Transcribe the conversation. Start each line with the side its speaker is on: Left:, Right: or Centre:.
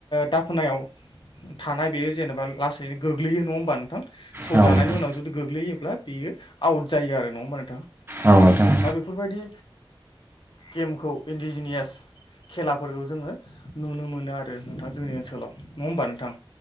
Left: दाफोनाव थानाय बेयो जेनेबा लासैनो गोग्लैयो नङा होमबा नोंथां सौजानायनि
Right: नोंथां औ नोंथां औ नोंथां
Left: उनाव जुदि गोग्लैयो बेयो आउट जायो आरो नङा होमबा नोंथां
Right: औ नोंथां
Left: दा बेफोरबायदि गेमखौ इन्दिजिनियास खेलाफोरखौ जोङो नुनो मोनो आरो आरो नोंथां जोंनि ओनसोलाव नङा होमबा नोंथां